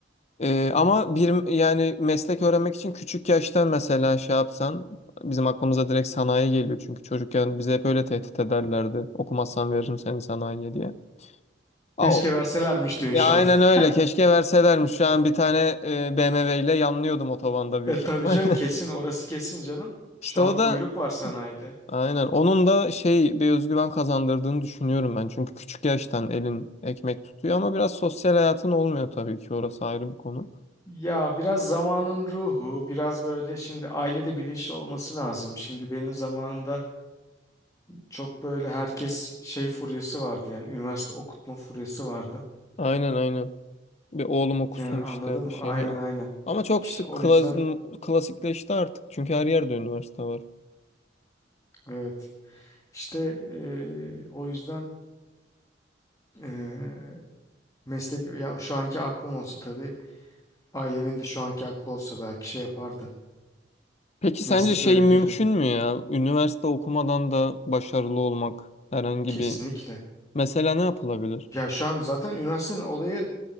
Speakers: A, on the left (about 35°); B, on the left (about 20°).
A: Ee, ama bir yani meslek öğrenmek için küçük yaştan mesela şey yapsan bizim aklımıza direkt sanayi geliyor çünkü çocukken bize hep öyle tehdit ederlerdi. Okumazsan veririm seni sanayiye diye. Aa,
B: Keşke verselermiş diyorsun
A: ya
B: şu
A: aynen
B: an. <laughs>
A: öyle keşke verselermiş şu an bir tane e, BMW ile yanlıyordum otobanda büyük
B: E tabii
A: ihtimal.
B: canım kesin orası kesin canım.
A: <laughs> İşte
B: Şu
A: o
B: an kuyruk
A: da
B: var sanayide.
A: aynen onun da şey bir özgüven kazandırdığını düşünüyorum ben. Çünkü küçük yaştan elin ekmek tutuyor ama biraz sosyal hayatın olmuyor tabii ki orası ayrı bir konu.
B: Ya biraz zamanın ruhu, biraz böyle şimdi ailede bilinçli olması lazım. Şimdi benim zamanımda çok böyle herkes şey furyası vardı yani üniversite okutma furyası vardı.
A: Aynen aynen. Bir oğlum okusun
B: Yani anladın
A: işte
B: mı?
A: şeyi.
B: Aynen aynen.
A: Ama çok
B: İşte
A: sık
B: o
A: klas-
B: yüzden
A: klasikleşti artık. Çünkü her yerde üniversite var.
B: evet. İşte eee, o yüzden eee, meslek ya şu anki aklım olsa tabii ailemin de şu anki aklı olsa belki şey yapardı.
A: Peki sence
B: Meslek
A: şey
B: öğretirdi.
A: mümkün mü ya? Üniversite okumadan da başarılı olmak herhangi
B: Kesinlikle.
A: bir... Mesela ne yapılabilir?
B: Ya şu an zaten üniversitenin olayı